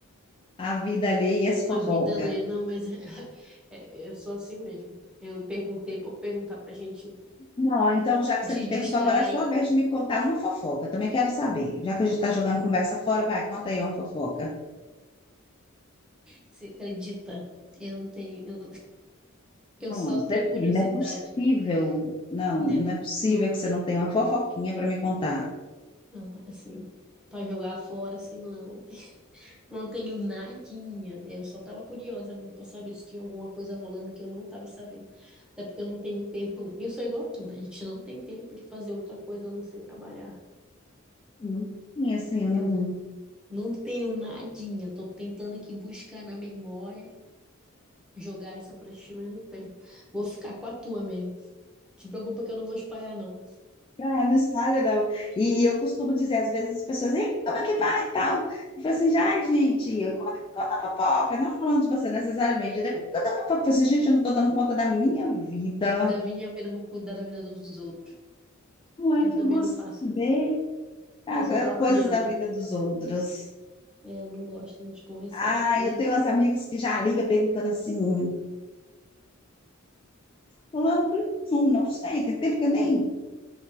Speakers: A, on the left; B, in the centre.
A: a vida alheia e as
B: A
A: fofocas.
B: vida lê, não, mas é, <laughs> é- eu sou assim mesmo. Eu perguntei por perguntar pra gente
A: Não, então, já que você
B: te
A: me
B: distrair.
A: perguntou, agora é a sua vez de me contar uma fofoca. Também quero saber. Já que a gente está jogando conversa fora, vai, conta aí uma fofoca.
B: Você acredita? Eu não tenho, eu eu
A: Não,
B: só tenho
A: você
B: curiosidade,
A: tem, não é possível.
B: né?
A: Não,
B: Não,
A: não é possível
B: não tenho,
A: que você não tenha
B: não.
A: uma fofoquinha para me contar.
B: Não, Assim, para jogar fora, assim, não, tem- <laughs> não tenho nadinha. Eu só estava curiosa mesmo para saber se tinha alguma coisa rolando que eu não estava sabendo. Até porque eu não tenho tempo, né? Eu sou igual a tu, né? A gente não tem tempo de fazer outra coisa a não ser trabalhar.
A: Não tem, assim, eu
B: Eu
A: não.
B: não tenho nadinha. Tô tentando aqui buscar na memória, jogar essa pra ti, mas não tem. Vou ficar com a tua mesmo. Te preocupa que eu não vou espalhar, não.
A: Ah, não espalha, não. E eu costumo dizer, às vezes, as pessoas, Ei, como é que vai e tal? Eu falo assim, já, gente, eu conto- conta a fofoca, não falando de você necessariamente, né? Conta a fofoca. Eu falo assim, gente, eu não estou dando conta da minha vida.
B: Da minha vida, eu vou cuidar da vida dos outros.
A: Como é
B: Eu
A: que
B: também
A: eu vou
B: não
A: saber?
B: faço isso.
A: Ah,
B: Eu só tava
A: Coisas
B: curiosa
A: da vida
B: mesmo.
A: dos outros.
B: Eu não gosto muito de conversar,
A: Ah,
B: porque
A: eu tenho
B: <laughs>
A: umas amigas que já ligam perguntando assim, fulano, fulano, não, não sei, tem tempo que eu nem,